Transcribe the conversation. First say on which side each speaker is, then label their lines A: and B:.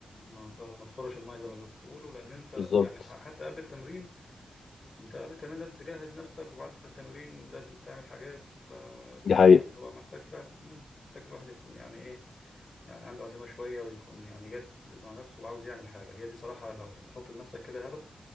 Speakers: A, on the left; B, on the left.
A: ما ما تخرش المية زي ما بيقولوا لأن أنت
B: بالظبط
A: يعني ح- حتى قبل التمرين أنت قبل التمرين لازم تجهز نفسك وبعد التمرين لازم تعمل حاجات ف
B: دي حقيقه
A: يعني هو محتاج فعلا مم، محتاج الواحد يكون يعني إيه يعني عنده عزيمة شوية ويكون يعني جد مع نفسه وعاوز يعمل حاجة هي دي صراحة لو تحط لنفسك كده هدف